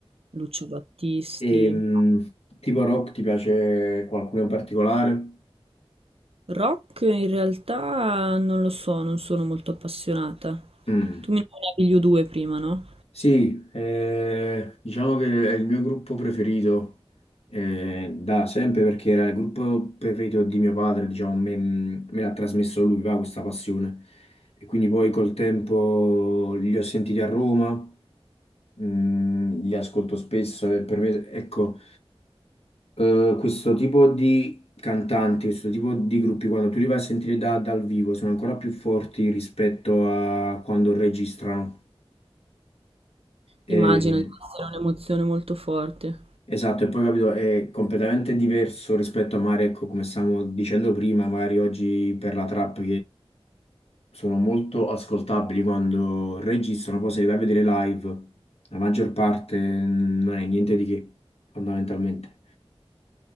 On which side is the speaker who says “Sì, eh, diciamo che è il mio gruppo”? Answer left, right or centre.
Left